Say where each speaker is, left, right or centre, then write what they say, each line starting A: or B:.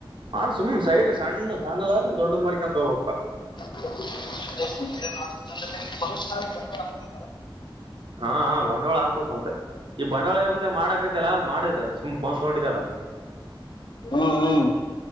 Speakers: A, on the right; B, on the left.
A: ಮಾಡು ಸುಮ್ ಸೈಡ್ ಸಣ್ಣ ಸಣ್ಣದ ದೊಡ್ಡದ್ ಮಾಡ್ಕಂತ ಹೋಗಬೇಕ್ಪ್ಪ
B: <unintelligible>
A: ಹಾ ಹಾ ಬಂಡವಾಳ ಹಕ್ಬೇಕು ಮತ್ತೆ ಈ ಬಂಡವಾಳ ಇರದಲ ಮಾಡಾಕತಿಲ್ಲಾ ಅದ್ ಮಾಡ್ ಸುಮ್ನೆ ಫೋನ್ ತಗೊಂಡಿದ್ದಲ್ಲಾ
B: ಹ್ಮೂ ಹ್ಮು